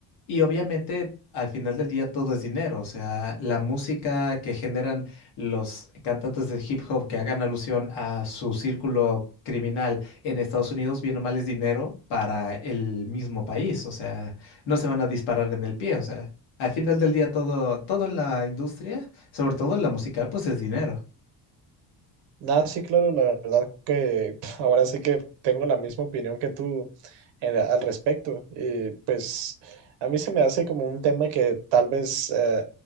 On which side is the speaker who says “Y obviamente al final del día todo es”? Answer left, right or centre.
Left